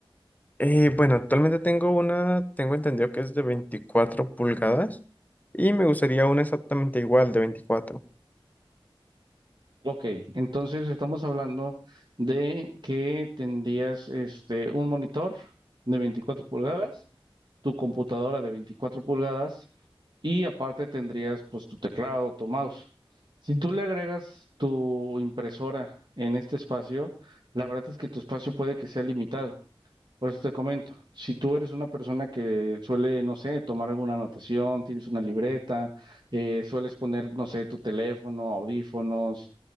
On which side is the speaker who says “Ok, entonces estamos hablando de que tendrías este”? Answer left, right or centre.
Right